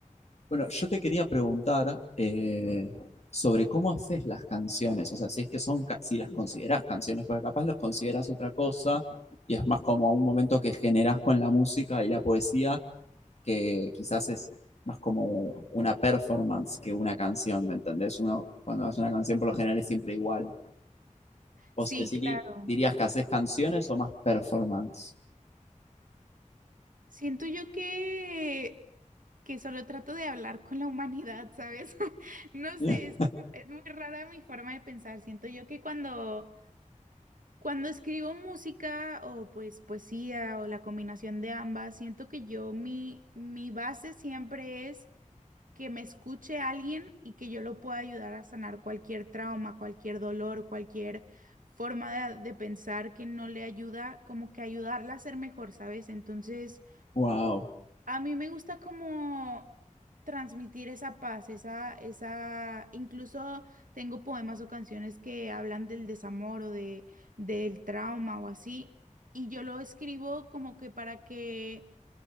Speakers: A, on the left (about 55°); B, on the right (about 85°).
A: bueno, yo te quería preguntar eh, sobre cómo haces las canciones, o sea, si es que son, ca- si las consideras canciones, porque capaz los consideras otra cosa y es más como un momento que generas con la música y la poesía, que quizás es más como una performance que una canción, ¿me entendés? Uno cuando hace una canción por lo general es siempre igual. ¿Vos
B: Sí,
A: deciri-
B: claro.
A: dirías que haces canciones o más performance?
B: Siento yo que, que solo trato de hablar con la humanidad, ¿sabes? <laughs> No
A: <laughs>
B: sé, es que es muy rara mi forma de pensar. Siento yo que cuando Cuando escribo música o pues poesía o la combinación de ambas, siento que yo mi, mi base siempre es que me escuche alguien y que yo lo pueda ayudar a sanar cualquier trauma, cualquier dolor, cualquier forma de, de pensar que no le ayuda, como que ayudarla a ser mejor, ¿sabes? Entonces...
A: Wow,
B: A mí me gusta como transmitir esa paz, esa, esa, incluso tengo poemas o canciones que hablan del desamor o de, del trauma o así, y yo lo escribo como que para que